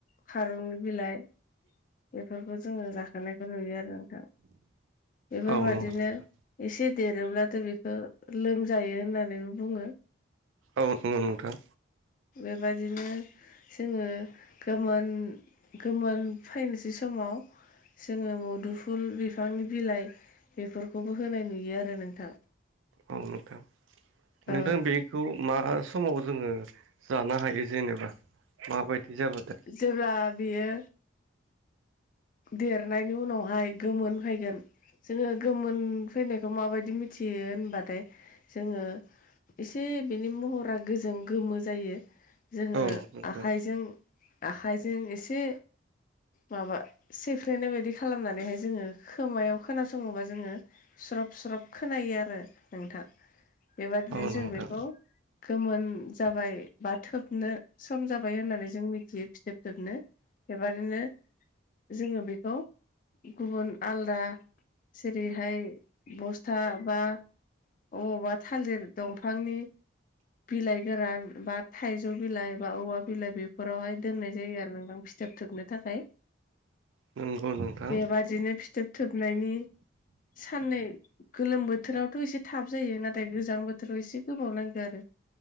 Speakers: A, on the left (about 45°); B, on the right (about 80°).
A: खारंनि बिलाइ बेफोरखौ जोङो जाखोनायखौ नुयो आरो नोंथां बेफोरबायदिनो
B: औ नंगौ नोंथां
A: ए से देरोब्लाथ' बेखौ लोमजायो होननानैबो बुङो।
B: औ औ नोंथां
A: बेबादिनो जोङो गोमोन गोमोन फैनोसै समाव जोङो मुदुफुल बिफांनि बिलाइ बेफोरखौबो होनाय नुयो आरो नोंथां
B: औ नोंथां
A: औ
B: नोंथां बेखौ मा समाव जोङो जानो हायो जेनेबा माबायदि जाबाथाय
A: जेब्ला बेयो देरनायनि उनावहाय गोमोन फैगोन जोङो गोमोन फैनायखौ माबायदि मिथियो होनबाथाय जोङो एसे बिनि महरा गोजों गोमो जायो जोङो
B: औ नोंथां
A: आखाइजों आखाइजों एसे माबा सेफ्लेनाय बायदि खालामनानैहाय जोङो खोमायाव खोनासङोबा जोङो स्रब स्रब खोनायो आरो नोंथां बेबादिनो
B: औ
A: जों
B: नोंथां
A: बेखौ गोमोन जाबाय बा थोबनो सम जाबाय होननानै जों मिथियो फिथोब थोबनो बेबादिनो जोङो बेखौ गुबुन आलदा जेरैहाय बस्था बा अबावबा थालिर दंफांनि बिलाइ गोरान बा थाइजौ बिलाइ बा औवा बिलाइ बेफोरावहाय दोननाय जायो आरो नोंथां फिथोब थोबनो थाखाय
B: नंगौ नोंथां
A: बेबादिनो फिथोब थोबनायनि साननै गोलोम बोथोरावथ' एसे थाब जायो नाथाय गोजां बोथोराव एसे गोबाव नांगौ आरो